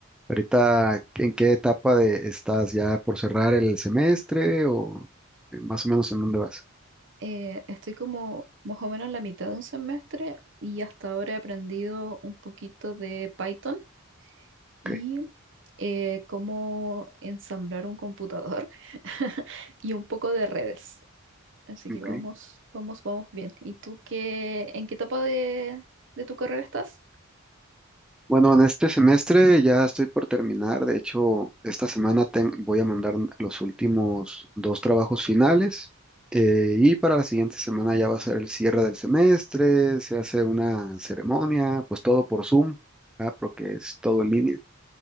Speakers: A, in the centre; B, on the right.
A: Ahorita, ¿en qué etapa de estás? ¿Ya por cerrar el semestre o eh, más o menos en dónde vas?
B: Eh, estoy como más o menos en la mitad de un semestre y hasta ahora he aprendido un poquito de Python
A: Ok,
B: y eh, cómo ensamblar un computador <laughs> y un poco de redes. Así que
A: ok.
B: vamos, vamos, vamos bien. ¿Y tú qué, en qué etapa de, de tu carrera estás?
A: Bueno, en este semestre ya estoy por terminar. De hecho, esta semana ten- voy a mandar los últimos dos trabajos finales eh, y para la siguiente semana ya va a ser el cierre del semestre, se hace una ceremonia, pues todo por Zoom, ah, porque es todo en línea,